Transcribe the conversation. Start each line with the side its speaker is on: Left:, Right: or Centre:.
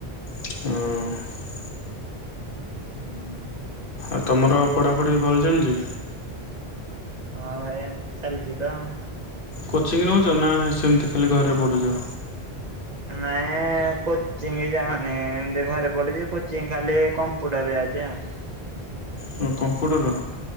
Left: ହୁଁ,
Right: ହୁଁ,
Left: ଆଉ ତମର ପଢ଼ାପଢ଼ି ଭଲ ଚାଲଛି?
Right: ହଁ ଭାଇ ଏମ୍ ଚାଲଛିତ,
Left: କୋଚିଂ ନଉଛ ନା ହେ ସେମତି ଖାଲି ଘରେ ପଢ଼ୁଛ?
Right: ନାଇଁ ଏ, ଏଁ କୋଚିଂ ଯାଉନି ଏମତି ଘରେ ପଡ଼ୁଛି କୋଚିଂ ଖାଲି କମ୍ପୁଟର ଯାଉଛି ଆଉ,
Left: ହଁ କମ୍ପୁଟର